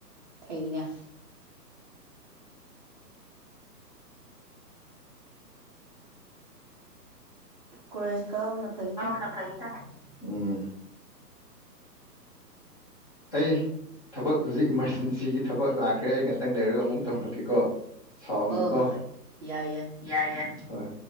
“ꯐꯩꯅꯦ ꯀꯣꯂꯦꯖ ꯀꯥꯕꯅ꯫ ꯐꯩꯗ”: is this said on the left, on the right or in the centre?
Right